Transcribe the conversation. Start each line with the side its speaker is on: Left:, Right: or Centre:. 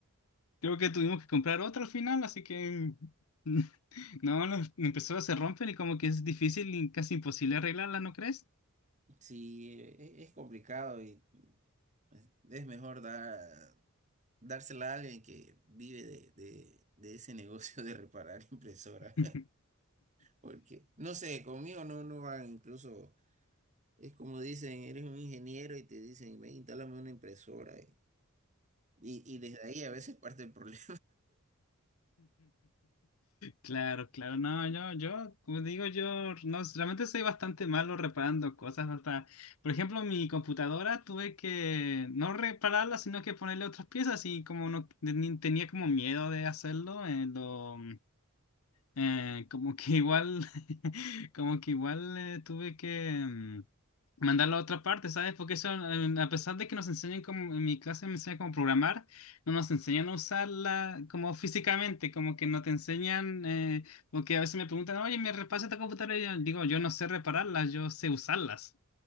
Left: Creo que tuvimos que comprar otra al final, así que <laughs> no, no, empezó a se romper y como que es difícil y casi imposible arreglarla, ¿no crees?
Right: Sí, e- es complicado y es es mejor dar, dársela a alguien que vive de, de- de ese negocio de reparar <laughs> impresoras.
Left: <laughs>
Right: Porque, no sé, conmigo no, no van, incluso es como dicen, eres un ingeniero y te dicen, ven, instálame una impresora. eh, Y, y desde ahí a veces parte el problema.
Left: Claro, claro, no, yo, yo, como digo, yo, no, realmente soy bastante malo reparando cosas, hasta, por ejemplo, mi computadora tuve que no repararla, sino que ponerle otras piezas y como no ni- tenía como miedo de hacerlo, eh, lo, eh, como que igual, <laughs> como que igual eh, tuve que, mm, mandarlo a otra parte, ¿sabes? Porque eso, eh, a pesar de que nos enseñen como, en mi clase me enseñan cómo programar, no nos enseñan a usarla como físicamente, como que no te enseñan, eh, porque a veces me preguntan, oye, ¿me repasa esta computadora? Y yo digo, yo no sé repararlas, yo sé usarlas.